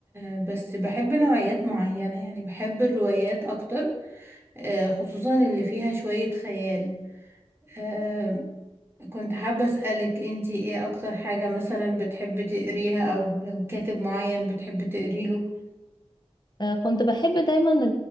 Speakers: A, on the right; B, on the left.
A: آه، بس بحب نوعيات معينة يعني بحب الروايات اكتر آه، خصوصا اللي فيها شوية خيال آه، كنت حابة أسألك انتي ايه اكتر حاجة مثلا بتحبي تقريها او لو كاتب معين بتحبي تقريله
B: آه كنت بحب دايما